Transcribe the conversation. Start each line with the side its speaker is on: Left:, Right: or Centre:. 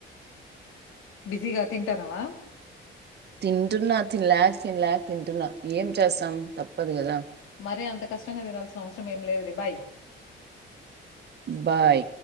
Left: బిజీగా తింటానవా
Right: తింటున్నా తినలేక తినలేక తింటున్నా ఏం చేస్తాం తప్పదు కదా
Left: అరే అంత కష్టంగా తినాల్సిన అవసరం ఏం లేదు లే బాయ్
Right: బాయ్